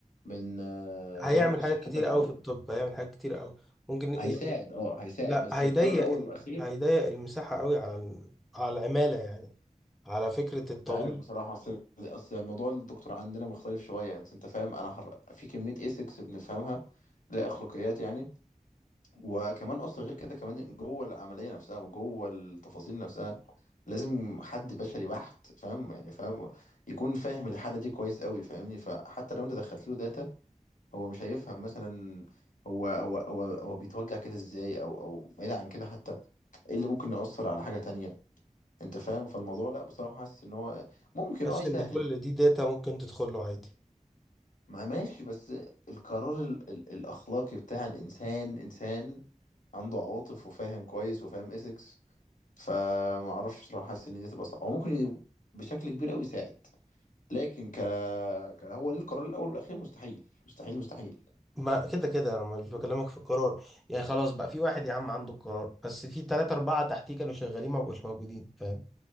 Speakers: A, on the left (about 65°); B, in the centre.
A: من آه،
B: هيعمل
A: لها علاقه بصحتك
B: حاجات كتير قوي
A: او
B: في الطب هيعمل حاجات كتير قوي ممكن
A: هيساعد
B: يعني
A: اه هيساعد
B: لا
A: بس
B: هيضيق
A: القرار الاول
B: ال-
A: والاخير
B: هيضيق المساحة قوي على ال- على العمالة يعني على فكرة الطبيب
A: مش عارف بصراحة أصل أصل موضوع الدكتور عندنا مختلف شوية يعني أنت فاهم أنا حر... في كمية إيثكس بنفهمها لا أخلاقيات يعني وكمان أصلا غير كده كمان جوه العملية نفسها وجوه التفاصيل نفسها لازم حد بشري بحت فاهم يعني فاهم يكون فاهم الحالة دي كويس قوي فاهمني فحتى لو أنت دخلت له داتا هو مش هيفهم مثلا هو هو هو هو بيتوجع كده إزاي أو أو بعيد عن كده حتى إيه اللي ممكن يأثر على حاجة تانية أنت فاهم فالموضوع لا بصراحة حاسس إن هو ممكن
B: حاسس
A: اه يسهل
B: ان كل دي داتا ممكن تدخل له عادي
A: ما ماشي بس القرار ال ال الأخلاقي بتاع الإنسان إنسان عنده عواطف وفاهم كويس وفاهم إيثكس فمعرفش بصراحة حاسس إن دي تبقى صعبة هو ممكن ي- بشكل كبير أوي يساعد لكن ك... ك هو ليه القرار الأول والأخير مستحيل مستحيل مستحيل
B: ما كده كده انا مش بكلمك في القرار يعني خلاص بقى في واحد يا عم عنده القرار بس في ثلاثة أربعة تحتيه كانوا شغالين ما بقوش موجودين فاهم